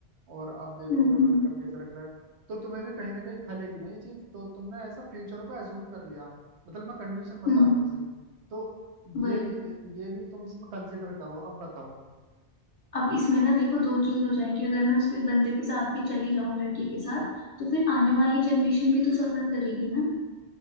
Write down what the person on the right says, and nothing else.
और अब देखो
वो
लड़का कैसे रख रहा है तो तुम्हें भी कहीं ना कहीं खलेगी ना ये चीज तो तुमने ऐसा फ्यूचर को एज्यूम कर लिया मतलब मैं कंडीशन बता
रहा हूँ ऐसी तो ये
भी ये भी तुम इसमें कंसिडर करो अब बताओ